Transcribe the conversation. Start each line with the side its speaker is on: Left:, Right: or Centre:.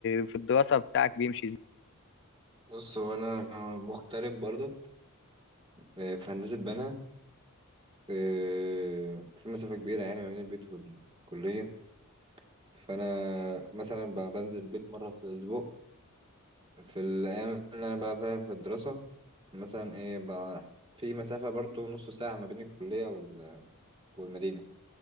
Left: في الدراسه بتاعك بيمشي ازاي
Right: بص هو انا مغترب برضه آه، في هندسه بنها آه، في مسافه كبيره يعني ما بين البيت والكليه فانا مثلا ب- بنزل البيت مره في الاسبوع في الايام اللي انا بقى فيها في الدراسه مثلا ايه بقى في مسافه برضه نص ساعه ما بين الكليه وال- والمدينه